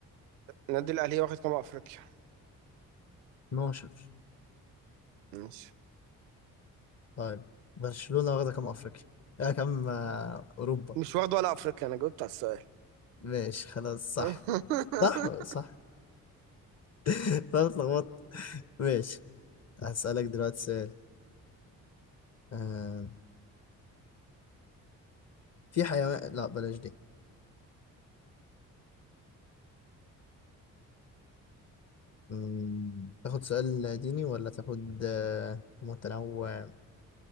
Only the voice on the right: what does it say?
النادي الاهلي واخد كام افريقيا
ماشي
مش واخد ولا افريقيا انا جاوبت على السؤال
<laughs>